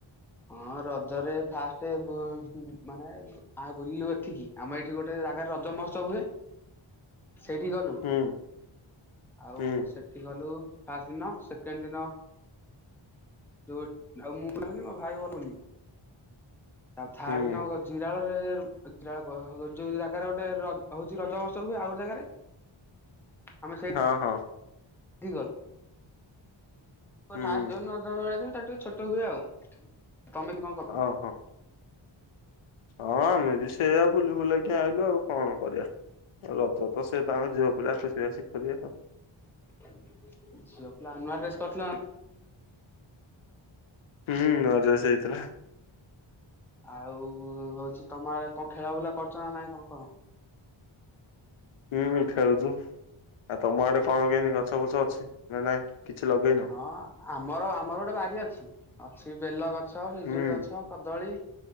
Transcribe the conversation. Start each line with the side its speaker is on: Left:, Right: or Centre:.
Centre: ହଁ ରଜରେ ଫାଷ୍ଟେ ବୁ ମାନେ ଆଁ ବୁଲିଲୁ ଏଠିକି ଆମ ଏଇଠି ଗୋଟେଏ ଜାଗାରେ ରଜ ମହୋତ୍ସବ ହୁଏ। ସେଠି ଗଲୁ
Left: ହୁଁ
Centre: ଆଉ
Left: ହୁଁ
Centre: ସେଠ୍ ସେଠି ଗଲୁ ଫାଷ୍ଟ ଦିନ, ସେକେଣ୍ଡ ଦିନ। ଓଟ ଆଉ ମୁଁ ଗଲନି ମୋ ଭାଇ ଗଲୁନି ତା ଥାର୍ଡ଼
Left: ହୁଁ।
Centre: ଦିନ ଗ ଜିରା ଗଲେ <unintelligible> ଜାଗାରେ ଗୋଟେଏ ହଉଛି ରଜ ମହୋତ୍ସବ୍ ହୁଏ, ଆଉ ଗୋଟେଏ ଜାଗାରେ, ଆମେ ସେଇ
Left: ହଁ ହଁ।
Centre: କିଗଲ୍
Left: ହୁଁ
Centre: ଫାଷ୍ଟ୍ ଯେଉଁ ରଜ <unintelligible> ଟିକେ ଛୋଟ ହୁଏ ଆଉ ତମେ କଣ କର୍
Left: ହଁ ହଁ। ହଁ ଆମେ ବି ସେଇଆ ବୁଲି ବୁଲାକି ଆଇଲୁ ଆଉ କଣ କରିବା। ରଜତ ସେଏ ତାଙ୍କ ଝିଅ ପିଲା ଖୁସିବାସି କରିବେ ଆଉ
Centre: ଝିଅ ପିଲା ନୁଆ ଡ୍ରେସ୍ କରିଥିଲନା ନାଇଁ
Left: ହୁଁ ରଜରେ ସେଇଥିଲା।
Centre: ଆଉ ହଉଛି ତମ ଆଡେ଼ କଣ ଖେଳା ବୁଲା କରୁଚ ନା ନାଇଁ କଣ କହ?
Left: ହୁଁ ହୁଁ ଖେଳୁଛୁ ଆଉ ତମ ଆଡେ଼ କଣ କେମତି ଗଛ ଫଛ ଅଛି ନାଁ ନାଇଁ କିଛି ଲଗେଇନ।
Centre: ହଁ ଆମର ଆମର ଗୋଟେଏ ବାରି ଅଛି ଅଛି ବେଲଗଛ୍ ଗଛ, ପିଜୁଳିଗଛ,
Left: ହୁଁ
Centre: କଦଳୀ,